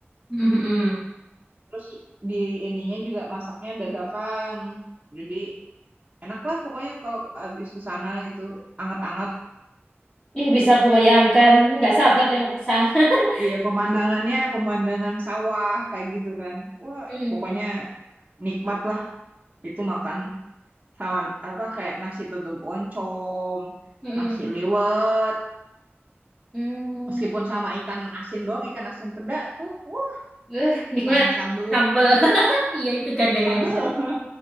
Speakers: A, on the left (about 20°); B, on the right (about 30°).
A: mm
B: Terus di ininya juga masaknya dadakan. Jadi enak lah pokoknya kalau habis ke sana itu anget-anget.
A: Ih, bisa aku bayangkan. Nggak sabar deh mau ke sana. <laughs>
B: Iya, pemandangannya pemandangan sawah kayak gitu kan. Wah,
A: hmm
B: pokoknya nikmat lah itu makan sawan apa kayak nasi tutuk oncom,
A: Mm.
B: nasi liwet,
A: Mm.
B: meskipun sama ikan asin doang, ikan asin peda tuh. Wah,
A: Eh, nikmat.
B: sama sambel,
A: Sambal. <laughs> Iya, itu gandengannya.
B: sambel.